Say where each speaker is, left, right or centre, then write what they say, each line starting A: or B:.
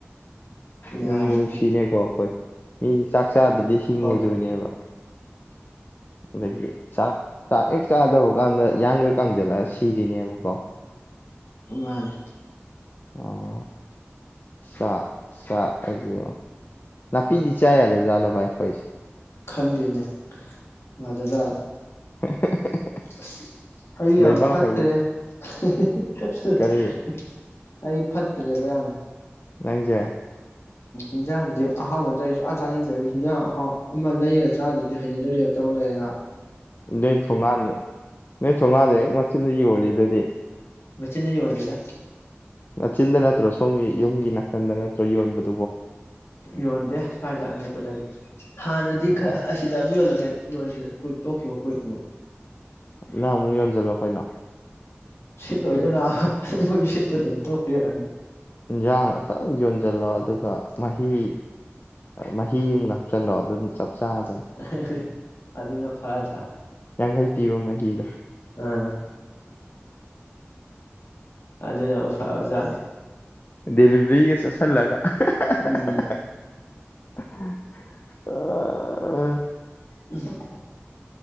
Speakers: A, on the left; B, on the left.
A: ꯅꯨꯡꯕꯨ
B: ꯌꯥꯕꯅꯤ
A: ꯅꯨꯡꯁꯤꯅꯦ ꯀꯣ ꯈꯣꯏ ꯃꯤꯗꯤ ꯆꯥꯛ ꯆꯥꯗꯗꯤ ꯍꯤꯡꯉꯣꯏꯗꯣꯏꯅꯦꯕ
B: ꯍꯣꯏ
A: ꯑꯗꯒꯤ ꯆꯥꯛ ꯆꯥꯛ ꯍꯦꯛ ꯆꯥꯗꯕ ꯀꯥꯟꯗ ꯏꯌꯥꯡꯒ ꯀꯪꯖꯜꯂꯛꯑ ꯁꯤꯔꯤꯅꯦꯕꯀꯣ
B: ꯎ ꯃꯥꯅꯦ
A: ꯑꯣ ꯆꯥꯛ ꯆꯥꯛ ꯑꯗꯨꯑꯣ ꯅꯥꯄꯤꯗꯤ ꯆꯥ ꯌꯥꯗꯖꯥꯠꯂ ꯚꯥꯏ ꯑꯩꯈꯣꯏꯁꯦ
B: ꯈꯪꯗꯦꯅꯦ ꯉꯥꯗꯖꯥꯠꯂ
A: <inaudible>
B: ꯑꯁ ꯑꯩ
A: ꯂꯩꯕꯥꯛ
B: ꯌꯥꯝ ꯐꯠꯇ꯭ꯔꯦ
A: ꯍꯥꯏꯁꯦ
B: <inaudible>
A: ꯀꯔꯤ
B: <inaudible> ꯑꯩ ꯐꯠꯇ꯭ꯔꯦꯕ ꯌꯥꯝꯅ
A: ꯅꯪꯖꯦ
B: ꯏꯟꯖꯥꯡꯖꯦ ꯑꯍꯥꯎꯕ ꯅꯠꯇ꯭ꯔꯥ ꯁꯨꯆꯥ ꯆꯥꯅꯤꯡꯗꯕꯩ ꯍꯤꯟꯖꯥꯡ ꯑꯍꯥꯎ ꯑꯃ ꯂꯩꯔꯒ ꯆꯥꯗ꯭ꯔꯗꯤ ꯍꯩꯅꯗꯕꯩ ꯇꯥꯏꯞ ꯇꯧ ꯂꯩꯔꯦ ꯅ
A: ꯅꯣꯏ ꯊꯣꯡꯒꯟꯗ ꯅꯣꯏ ꯊꯣꯡꯒꯥꯟ ꯂꯩꯉꯣ ꯆꯤꯟꯅ ꯌꯣꯜꯂꯤꯗꯨꯗꯤ
B: ꯃꯆꯤꯟ ꯌꯣꯟꯗꯦꯗ
A: ꯃꯆꯤꯟꯗ ꯅꯠꯇ꯭ꯔꯣ ꯁꯣꯝꯒꯤ ꯌꯨꯝꯒꯤ ꯅꯥꯀꯟꯗ ꯅꯠꯇ꯭ꯔꯣ ꯌꯣꯟꯕꯗ
B: ꯌꯣꯟꯗꯦ ꯁ꯭ꯋꯥꯏꯗ ꯑꯅꯛꯄꯗꯗꯤ ꯍꯥꯟꯅꯗꯤ
A: ꯑꯥ
B: ꯈꯔ ꯑꯁꯤꯗ ꯑꯃ ꯌꯣꯜꯂꯝꯃꯦ ꯅꯣꯏꯁꯤꯗꯤ ꯀꯨꯠ ꯇꯣꯛꯈꯤꯕ ꯀꯨꯠ ꯃꯨꯛ
A: ꯅꯪ ꯑꯃꯨꯛ ꯌꯣꯟꯁꯤꯜꯂꯣ ꯀꯩꯅꯣ
B: ꯁꯤꯠꯂꯣꯏ ꯑꯗꯨꯅ ꯍꯥ ꯑꯩꯈꯣꯏꯁꯨ ꯁꯤꯠꯇꯗꯅ ꯇꯣꯛꯈꯤꯕꯅꯤ
A: ꯏꯟꯁꯥꯡ ꯐꯖꯅ ꯌꯣꯟꯁꯤꯜꯂꯣ ꯑꯗꯨꯒ ꯃꯍꯤ ꯃꯍꯤ ꯑꯃ ꯍꯥꯞꯆꯜꯂꯣ ꯑꯗꯨꯝ ꯆꯞ ꯆꯥꯔꯗꯝ
B: ꯑꯥꯍꯦ ꯍꯦ ꯍꯦ ꯑꯗꯨꯅ ꯐꯔꯇꯗ꯭ꯔꯥ
A: ꯌꯥꯡꯈꯩ ꯄꯤꯕ ꯃꯍꯤꯗꯣ
B: ꯑꯥ ꯑꯗꯨꯅ ꯐꯕꯖꯥꯠꯅꯤ
A: ꯗꯤꯂꯤꯕ꯭ꯔꯤꯒ ꯆꯠꯁꯦ ꯈꯟꯂꯒ
B: ꯎꯝ
A: ꯑꯍꯥ ꯑꯍꯥ ꯑꯍꯥ ꯑꯥ
B: ꯎꯝ